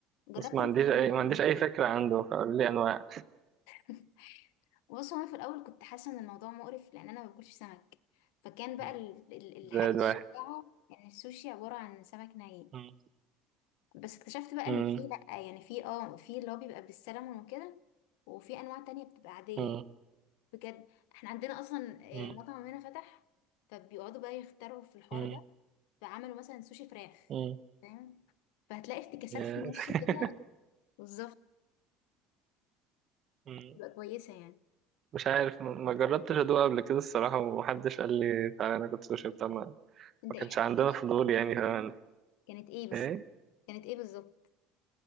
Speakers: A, on the left; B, on the right.
A: جربت
B: بس ما
A: الجمبري
B: عنديش اي ما عنديش اي فكرة عنده فقول لي انواع
A: <laughs> بص هو انا في الاول كنت حاسه ان الموضوع مقرف لان انا ما باكلش سمك فكان بقى
B: مم.
A: ال- ال-
B: زائد
A: الحاجه
B: واحد
A: الشائعه يعني السوشي عباره عن سمك ني
B: مم.
A: بس اكتشفت بقى
B: مم.
A: ان في لا يعني في اه في اللي هو بيبقى بالسلمون وكده وفي انواع تانية بتبقى عاديه
B: مم.
A: بجد احنا عندنا اصلا
B: مم.
A: آه، مطعم هنا فتح فبيقعدوا بقى يخترعوا في الحوار
B: مم.
A: ده فعملوا مثلا سوشي فراخ
B: مم.
A: فاهم فهتلاقي افتكاسات
B: يا-
A: في النص
B: <laughs>
A: كده بالظبط
B: مم.
A: تبقى كويسه يعني
B: مش عارف ما ما جربتش ادوق قبل كده الصراحة ومحدش قال لي تعالى انا كنت سوشي بتاع ما
A: انت
B: ما
A: ايه
B: كانش
A: اول
B: عندنا
A: حاجه
B: فضول يعني فاهم
A: كانت ايه بالظبط
B: ايه
A: كانت ايه بالظبط